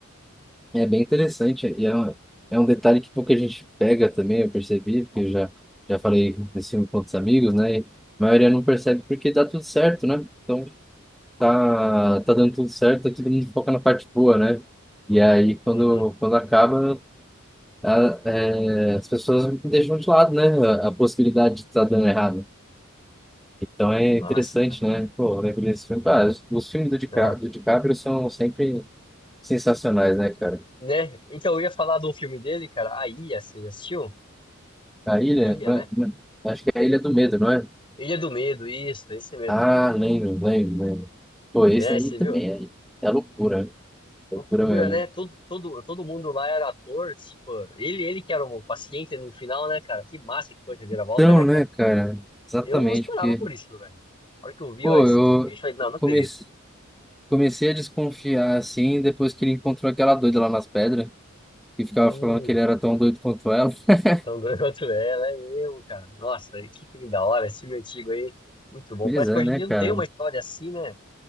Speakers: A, in the centre; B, on the left.
A: É bem interessante e é um, é um detalhe que pouca gente pega também, eu percebi, porque eu já, já falei desse filme com outros amigos, né? E a maioria não percebe porque dá tudo certo, né? Então tá, tá dando tudo certo, tá todo mundo foca na parte boa, né? E aí quando,
B: não. Uhum.
A: quando acaba, a- é, as pessoas deixam de lado, né? A, a possibilidade de estar dando errado. Então é
B: Que
A: interessante,
B: massa, cara.
A: né? Pô, eu lembro desse filme. Ah, os, os filmes do, Dica,
B: Não,
A: do DiCaprio são sempre sensacionais, né, cara?
B: né? Então eu ia falar de um filme dele, cara, A Ilha, você já assistiu?
A: A ilha?
B: A Ilha,
A: não
B: né?
A: é- é- Acho que é a Ilha do Medo, não é?
B: Ilha do Medo, isso, esse mesmo.
A: Ah, lembro, lembro, lembro. Pô,
B: Né,
A: esse aí
B: você
A: também
B: viu?
A: é, é loucura, né?
B: Loucura,
A: loucura mesmo.
B: né? Todo, todo, todo mundo lá era ator, tipo, ele, ele que era o paciente no final, né, cara? Que massa que foi a reviravolta,
A: Então,
B: né, cara?
A: né, cara? Exatamente,
B: Eu não esperava
A: porque,
B: por isso, velho. A hora que eu vi
A: pô,
B: ó, esse
A: eu
B: desfecho, eu falei, não, não acredito.
A: comecei, comecei a desconfiar assim depois que ele encontrou aquela doida lá nas pedras, que ficava
B: Hum,
A: falando que ele era tão doido quanto ela. <laughs>
B: tão doido quanto <laughs> ela, é mesmo, cara. Nossa, e que filme da hora, esse filme antigo aí. Muito bom.
A: Pois
B: Parece
A: é,
B: que hoje
A: né,
B: em dia
A: cara?
B: não tem uma história assim, né?